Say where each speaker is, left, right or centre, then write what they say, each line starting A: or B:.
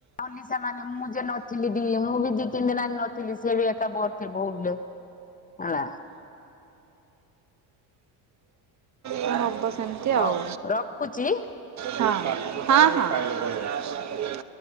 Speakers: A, on the left; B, on the right.
A: ଅନି ସେମାନେ ମୁଁ ଯେ ନ ଚିଲିଦି ମୁଁ ବି ଦି ତିନି ଦିନ ଆଣି ନଥିଲି ସିଏ ବି ଏକା ବୋର୍ ଥିବ ବୋଲେ ହେଲା।
B: <unintelligible> ହବ ସେମତି ଆଉ।
A: ହଉ ରଖୁଛି। ହଁ
B: ହଁ ହଁ ହଁ।